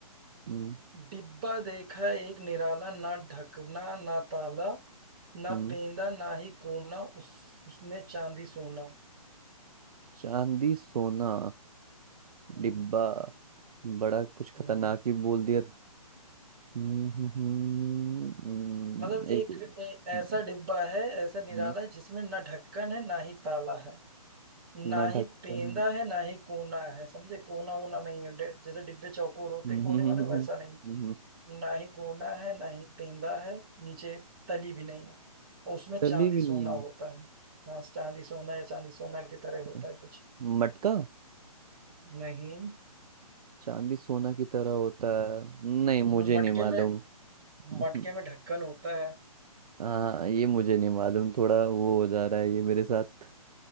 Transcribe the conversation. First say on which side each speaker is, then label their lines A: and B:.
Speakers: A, on the right; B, on the right.
A: हम्म
B: डिब्बा देखा एक निराला ना ढकना ना ताला ना
A: हम्म
B: पेंदा ना ही कोना उस उसमें चांदी सोना
A: चांदी सोना
B: हम्म,
A: डिब्बा बड़ा कुछ खतरनाक
B: हम्म।
A: ही बोल दिया हम्म, हम्म, हम्म,
B: मतलब एक
A: एक हम्म,
B: ए, ऐसा डिब्बा है ऐसा निराला
A: हम्म,
B: है जिसमें ना ढक्कन है ना ही ताला है ना
A: ना
B: ही
A: ढक्कन
B: पेंदा है ना ही कोना है समझे कोना होना नहीं है डे- जैसे डिब्बे चौकोर होते
A: हम्म,
B: कोने
A: हम्म,
B: वाले वैसा नहीं
A: हम्म, हम्म,
B: ना ही कोना है ना ही पेंदा है नीचे तली भी नहीं है और उसमें
A: तली
B: चांदी
A: भी
B: सोना
A: नहीं
B: होता है हाँ चांदी सोना या चांदी सोना की तरह होता
A: है।
B: है कुछ
A: मटका
B: नहीं
A: चांदी सोना की तरह होता है नहीं मुझे
B: म- मटके
A: नहीं मालूम
B: में
A: <laughs> हम्म,
B: मटके में ढक्कन होता है
A: हाँ ये मुझे नहीं मालूम थोड़ा वो हो जा रहा है ये मेरे साथ